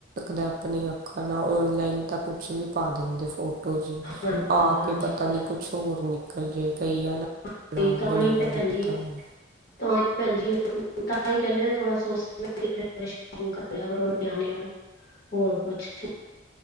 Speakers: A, on the right (about 45°); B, on the left (about 50°).
A: ਕਦਾ ਆਪਣੀਆਂ ਅੱਖਾਂ ਨਾਲ ਔਨਲਾਈਨ ਤਾਂ ਕੁਛ ਵੀ ਪਾ ਦਿੰਦੇ ਫੋਟੋ ਖੋ ਜੀ
B: ਹਾਂਜੀ
A: ਪਾ
B: ਹਾਂਜੀ
A: ਕੇ ਪਤਾ
B: ਭੈਣ
A: ਨੀ
B: ਜੀ।
A: ਕੁਛ ਹੋਰ ਨਿਕਲ ਜਾਏ ਕਈ ਆ ਨਾ
B: ਹਾਂਜੀ
A: ਨਾਂ
B: ਤਾਂ
A: ਬੜੀ
B: ਹੀ
A: ਵਾਰੀ
B: ਭੈਣ ਜੀ
A: ਕੀਤਾ ਐ।
B: ਤਾਂ ਭੈਣ ਜੀ ਤਾਂ ਈ ਕਹਿਨੇ ਆ ਥੋੜਾ ਸੋਚ ਸਮਝ ਕੇ <inaudible> ਪਿੰਗ ਕਰ ਲਿਆ ਕਰੋ ਨਿਆਣਿਆ ਨੂੰ। ਹੋਰ ਕੁੱਛ।